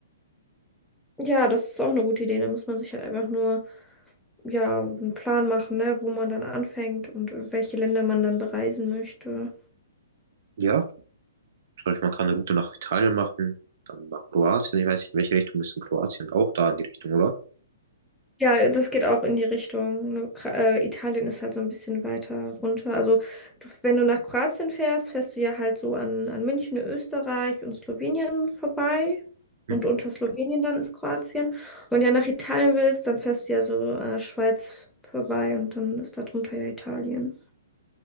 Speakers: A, in the centre; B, on the right.
A: Ja, das ist auch eine gute Idee. Da muss man sich halt einfach nur, ja, einen Plan machen, ne, wo man dann anfängt und äh, welche Länder man dann bereisen möchte.
B: Ja, zum Beispiel man kann eine Route nach Italien machen, dann nach Kroatien. Ich weiß nicht, in welche Richtung ist in Kroatien auch da in die Richtung, oder?
A: Ja, das geht auch in die Richtung. Nur, Kra- äh, Italien ist halt so ein bisschen weiter runter. Also, du, wenn du nach Kroatien fährst, fährst du ja halt so an, an München, Österreich und Slowenien vorbei.
B: Mhm.
A: Und unter Slowenien dann ist Kroatien. Und wenn du ja nach Italien willst, dann fährst du ja so an der Schweiz vorbei und dann ist da drunter ja Italien.